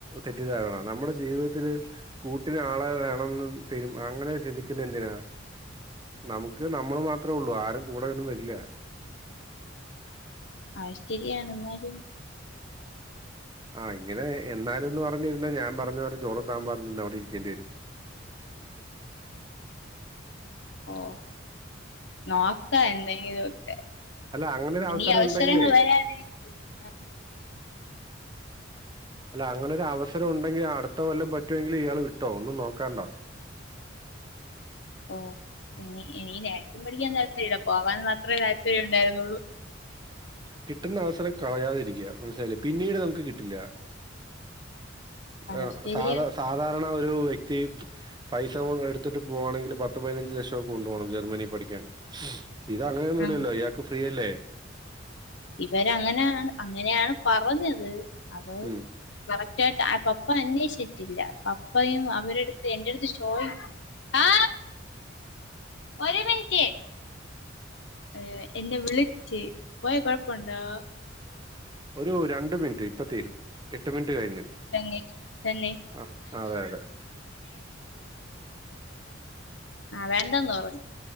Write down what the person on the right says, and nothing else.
തെറ്റിദ്ധാരണ നമ്മടെ ജീവിതത്തില് കൂട്ടിനാളെ വേണംന്ന് തരും അങ്ങനെ ചിന്തിക്കുന്ന എന്തിനാ നമു ക്ക് നമ്മൾ മാത്രേള്ളൂ ആരും കൂടെയൊന്നും വെരില്ല.
ആഹ് ഇങ്ങനെ എന്നാലുംന്ന് പറഞ്ഞിര്ന്നാ ഞാം പർഞ്ഞ പോലെ ചോറക്കാം പർഞ്ഞന്ന് അവടെ ഇരിക്കേണ്ടി വെരും.
അല്ല അങ്ങനെ ഒരു അവസരം
ഉണ്ടെങ്കിലേ
അല്ല അങ്ങനൊരു അവസരം ഉണ്ടെങ്കി അട്ത്ത കൊല്ലം പറ്റ്വൊങ്കില് ഇയാൾ വിട്ടോ ഒന്നും നോക്കാണ്ട.
കിട്ട്ന്ന അവസരം കളയാതിരിക്ക മനസ്സിലായില്ലേ പിന്നീട് നമുക്ക് കിട്ടില്ല.
ആഹ്
സാധ സാധാരണ ഒരു വ്യക്തി പൈസ എട്ത്തിട്ട് പോവാണെങ്കില് പത്ത് പതിനഞ്ച് ലക്ഷം കൊണ്ട് പോണം ജർമ്മനി പഠിക്കാൻ. ഇതങ്ങനൊന്നുല്ലല്ലോ
ഇയാക്ക് ഫ്രീയല്ലേ.
ഉം
ഒരു രണ്ട് മിൻറ്റ് ഇപ്പ തീരും എട്ട് മിൻറ്റ് കഴിഞ്ഞ്
ആ അതെ അതെ